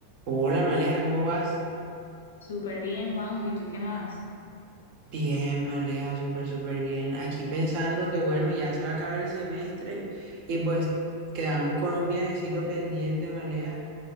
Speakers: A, on the right; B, on the left.
A: Hola, Maleja, ¿cómo vas?
B: Súper bien, Juanjo, ¿y tú qué más?
A: Bien, Maleja, súper, súper bien. Aquí pensando que bueno, ya se va a acabar el semestre y pues quedamos con un viajecito pendiente, Maleja.